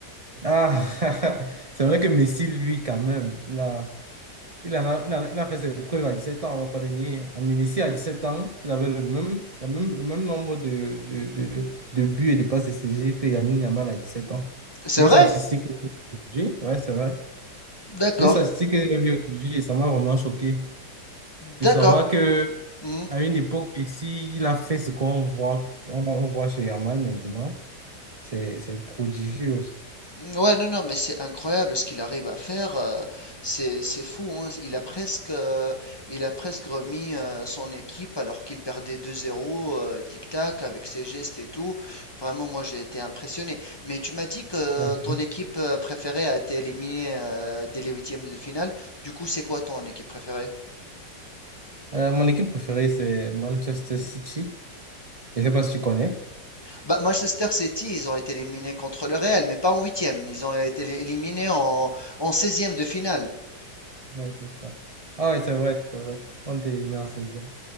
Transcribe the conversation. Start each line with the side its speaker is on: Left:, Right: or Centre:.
Right: Ah, <laughs> c'est vrai que Messi, lui, quand même, il a, Il en a, il en a- il a fait ses preuves à 17 ans, on ne va pas le nier. À Messi, à 17 ans, il avait le même, la même, le même nombre de, de, de, de buts et de passes décisives que Lamine Yamal à 17 ans.
Left: C'est
Right: C'est
Left: vrai?
Right: une statistique que j'ai vue aujourd'hui. Ouais, c'est vrai.
Left: D'accord,
Right: C'est une statistique que j'ai vue aujourd'hui et ça m'a vraiment choqué.
Left: d'accord.
Right: De savoir que
Left: Mhm.
Right: à une époque, Messi, il a fait ce qu'on voit, on, on voit chez Yamal maintenant. C'est, c'est prodigieux aussi.
Left: Ouais, non, non, mais c'est incroyable ce qu'il arrive à faire. euh, c'est, c'est fou, hein. Il a presque, euh, il a presque remis euh, son équipe alors qu'il perdait 2-0, euh, tic-tac, avec ses gestes et tout. Vraiment, moi, j'ai été impressionné. Mais tu m'as dit que
Right: Ouais.
Left: ton équipe euh, préférée a été éliminée euh, dès les huitièmes de finale. Du coup, c'est quoi ton équipe préférée?
Right: Euh, mon équipe préférée, c'est Manchester City. Je ne sais pas si tu connais.
Left: Bah, Manchester City, ils ont été éliminés contre le Real, mais pas en huitième. Ils ont été éliminés en, en 16 de finale.
Right: Ouais, c'est ça. Ah ouais, c'est vrai, c'est vrai. On était éliminé en seizième